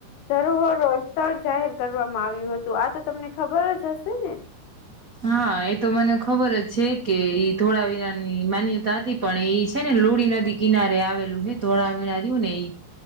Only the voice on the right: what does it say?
હા એ તો મને ખબર જ છે કે ઈ ધોળાવીરાની માન્યતા અતી પણ એ છે ને લુડી નદી કિનારે આવેલું હે ધોળાવીરાણ્યું ને ઈ